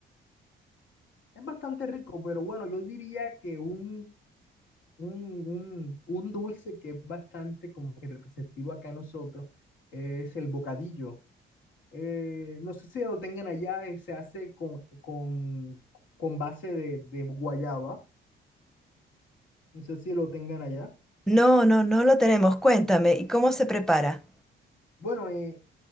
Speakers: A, on the left; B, in the centre.
A: Es bastante rico, pero bueno, yo diría que un Un, un, un dulce que es bastante como que representativo acá a nosotros es el bocadillo. Eh, no sé si lo tengan allá, eh, se hace con, con, con base de, de guayaba. No sé si lo tengan allá.
B: No, no, no lo tenemos. Cuéntame, ¿y cómo se prepara?
A: Bueno, eh,